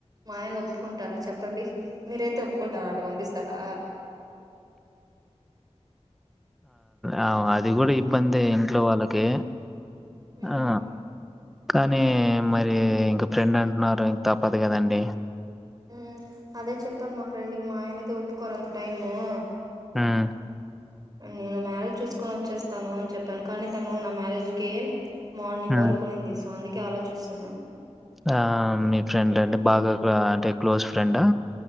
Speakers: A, on the right (about 35°); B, in the centre.
A: మా ఆయన ఒప్పుకుంటారా చెప్ప చెప్పండీ మీరైతే ఒప్పుకుంటార అట పంపిస్తారా
B: ఆ అది కూడా ఇబ్బంది ఇంట్లో వాళ్ళకి
A: ఉమ్
B: ఆ కానీ మరి ఇంక ఫ్రెండ్ అంటున్నారు ఇంకా తప్పదు కదండి
A: మ్ అదే చెప్ ప్ప మా ఫెండ్కి మా ఆయనయితే ఒప్పుకోరు అంత టైమ్ ఆ
B: హ్మ్.
A: నేను మారజ చూసుకో ని వచ్చేస్తాను అని చెప్పాను కానీ తను నా మ్యారేజ్ కి మార్నింగ్
B: హ్మ్.
A: వరకు ఉనింది స్వామి అందుక ఆలోచిస్తున్నాను
B: ఆ మీ ఫ్రెండ్ అండి బాగా అంటే ఆ క్లోజ్ ఫ్రెండా